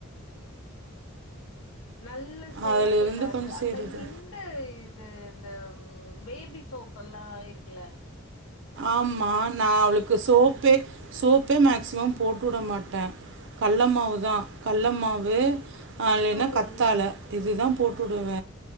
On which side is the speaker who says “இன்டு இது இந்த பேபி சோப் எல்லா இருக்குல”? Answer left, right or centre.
Left